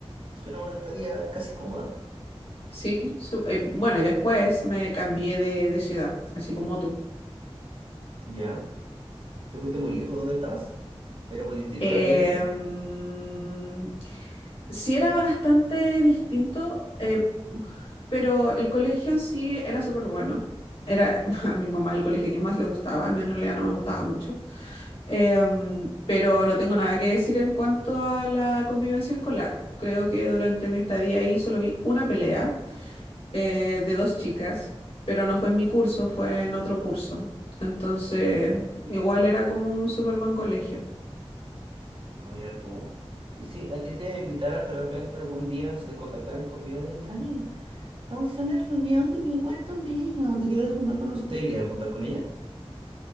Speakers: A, on the right; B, on the left.
A: Suena una estadía casi cómoda.
B: Sí, su- eh, bueno, y después me cambié de, de ciudad, así como tú.
A: ¿Ya? ¿Te fuiste muy lejos donde estabas? ¿Era muy distinto
B: Em,
A: el ambiente?
B: sí era bastante distinto, eh, pero el colegio en sí era súper bueno. Era <laughs> a mi mamá el colegio que más le gustaba, a mí en realidad no me gustaba mucho. Em, pero no tengo nada que decir en cuanto a la convivencia escolar. Creo que durante mi estadía ahí solo vi una pelea eh, de dos chicas, pero no fue en mi curso, fue en otro curso. Entonces, igual era como un súper buen colegio.
A: Ah, mira tú. Y si a ti te invitaran de repente algún día, se te contactaran conmigo, de, Dani, vamos a hacer una reunión de mi cuarto medio, ¿te quieres juntar con nosotros? ¿Te irías a juntar con ella?